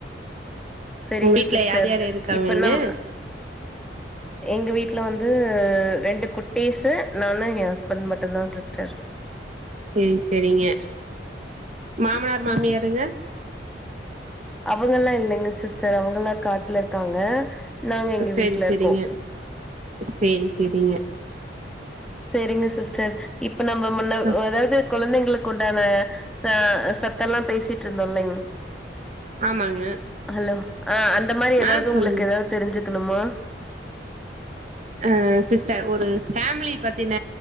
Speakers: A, in the centre; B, on the right (about 40°).
A: செரிங்க
B: ஒங்க வீட்ல
A: சிஸ்டர்
B: யார் யாரு இருக்காங்க
A: இப்ப
B: இங்க
A: நம் எங்க வீட்ல வந்து ரெண்டு குட்டீஸு நானு எ ஹஸ்பண்ட் மட்டு்ந்தா சிஸ்டர்
B: சேரி சேரிங்க மாமனார் மாமியாருங்க
A: அவுங்கல்லா இல்லங்க சிஸ்டர் அவுங்கல்லா காட்ல இருக்காங்க நாங்க எங்க
B: சேரி
A: வீட்ல
B: சேரிங்க
A: இருக்கோ
B: சேரி சேரிங்க
A: சேரிங்க சிஸ்டர் இப்ப நம்ம முன்ன
B: சோ
A: அதாவது கொழந்தைங்களுக்கு உண்டான ச சத்து எல்லா பேசிட்டு இருந்தோ இல்லைங்
B: ஆமாங்க
A: ஹலோ ஆ அந்த மாரி ஏதாது
B: ஆ
A: உங்களுக்கு
B: சொல்லுங்க
A: ஏதாது தெரிஞ்சுக்கணுமா
B: ஆ சிஸ்டர் ஒரு ஃபேமிலி பத்தின